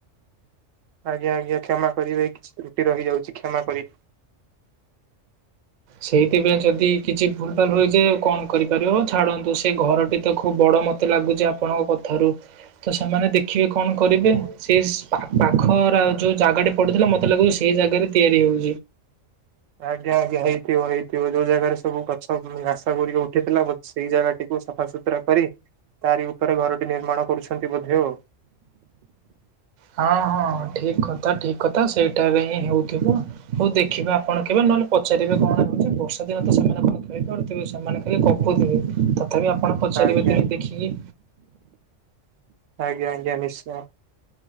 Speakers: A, on the right; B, on the right.
A: ଆଜ୍ଞା ଆଜ୍ଞା କ୍ଷମା କରିବେ କିଛି ତ୍ରୁଟି ରହିଯାଉଚି କ୍ଷମା କରି
B: ସେଇଥିପାଇଁ ଯଦି କିଛି ଭୁଲ ଭାଲ ହୁଏଯେ କଣ କରିପାରିବ ‌ଓ ଛାଡନ୍ତୁ ସେ ଘରଟି ତ ଖୁବ ବଡ ମତେ ଲାଗୁଚି ଆପଣଙ୍କ କଥାରୁ ତ ସେମାନେ ଦେଖିବେ କଣ କରିବେ ସେ ପାଖରା ଆଉ ଯୋଉ ଜାଗା ଟି ପଡୁଥିଲା ମତେ ଲାଗୁ ସେଇ ଜାଗ ରେ ତିଆରି ହୋ
A: ଆଜ୍ଞା ଆଜ୍ଞା ହେଇ ଥିବ ହେଇଥିବ ଯୋଉ ଜାଗାରେ ସବୁ ଗଛ ଘାସ ଗୁଡ଼ିକ ଉଠିଥିଲା ବୋ ସେଇ ଜାଗାଟିକୁ ସଫାସୁତୁରା କରି। ତାରି ଉପରେ ଘରଟି ନିର୍ମାଣ କରୁଚନ୍ତି ବୋଧେ ଆଉ।
B: ହଁ ହଁ ଠିକ୍ କଥା ଠିକ୍ କଥା ସେଇଟାରେ ହିଁ ହେଉଥିବ ହୋଉ ଦେଖିବେ ଆପଣ କେବେ ନହେଲେ ପଚାରିବେ କଣ ହୋଉଚି ବର୍ଷା ଦିନ ତ ସେମାନେ କଣ ଖାଇପାରୁଥିବେ ସେମାନେ ଖାଲି ଗପୁଥିବେ। ତଥାପି ଆପଣ ପଚାରିବେ
A: ଆଜ୍ଞା
B: ଦିନେ ଦେଖିକି।
A: ଆଜ୍ଞା ଆଜ୍ଞା ନିଶ୍ଚୟ